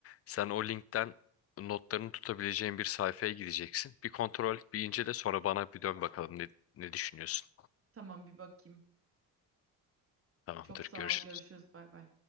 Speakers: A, on the left; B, on the right.
A: Sen o linkten notlarını tutabileceğin bir sayfaya gideceksin. Bir kontrol et, bir incele sonra bana bir dön bakalım ne, ne düşünüyorsun.
B: Tamam bir bakayım.
A: Tamamdır,
B: Çok sağ
A: görüşürüz.
B: ol, görüşürüz, bay bay.